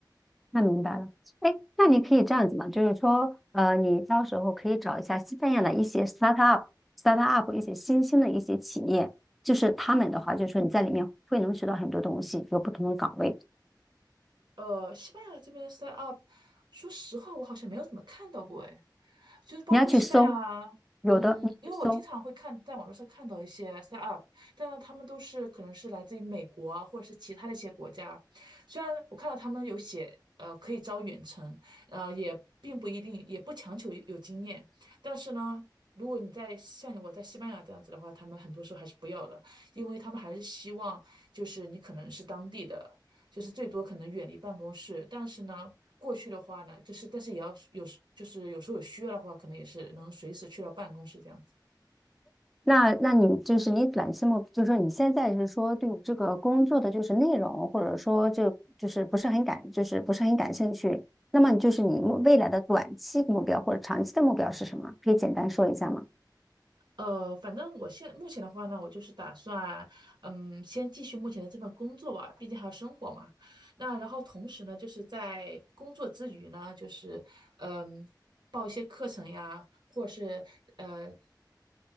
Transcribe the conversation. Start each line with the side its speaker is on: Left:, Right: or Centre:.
Centre: 那明白了，哎，那你可以这样子嘛，就是说，呃，你到时候可以找一下西班牙的一些 startup、startup 一些新兴的一些企业，就是他们的话，就是说你在里面会能学到很多东西，有不同的岗位，
Right: 呃，西班牙这边的 s t up，说实话，我好像没有怎么看到过，哎，就是包括西班牙，
Centre: 你要去搜，有的你去搜。
Right: 嗯，因为我经常会看在网络上看到一些 s e t up，但呢，他们都是可能是来自于美国啊或者是其他的一些国家，虽然我看到他们有写，呃，可以招远程，呃，也并不一定，也不强求有经验，但是呢。如果你在像我在西班牙这样子的话，他们很多时候还是不要的，因为他们还是希望就是你可能是当地的，就是最多可能远离办公室。但是呢，过去的话呢，就是但是也要有就是有时候有需要的话，可能也是能随时去到办公室这样子。
Centre: 那那你就是你短期目，就是说你现在是说对这个工作的就是内容，或者说就就是不是很感，就是不是很感兴趣。那么你就是你目未来的短期目标或者长期的目标是什么？可以简单说一下吗？
Right: 呃，反正我现目前的话呢，我就是打算，嗯，先继续目前的这份工作吧，毕竟还有生活嘛。那然后同时呢，就是在工作之余呢，就是嗯，等呀，或是呃